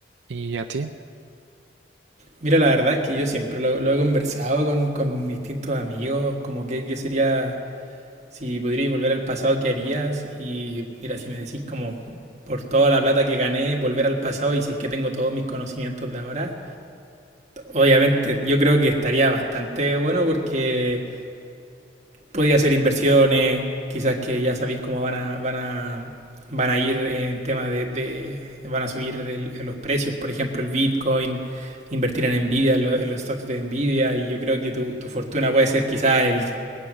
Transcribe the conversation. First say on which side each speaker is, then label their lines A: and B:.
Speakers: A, on the right; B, on the right.
A: ¿Y a ti?
B: Mira, la verdad es que yo siempre lo, lo he conversado con, con distintos amigos, como que, que sería Si pudierais volver al pasado, ¿qué harías? Y mira, si me decís como por toda la plata que gané, volver al pasado y si es que tengo todos mis conocimientos de ahora, obviamente yo creo que estaría bastante bueno porque podía hacer inversiones, quizás que ya sabéis cómo van a, van a, van a ir en temas de, de- van a subir el- los precios, por ejemplo, el Bitcoin, invertir en Nvidia, en, lo- en los stocks de Nvidia, y yo creo que tu, tu fortuna puede ser quizás el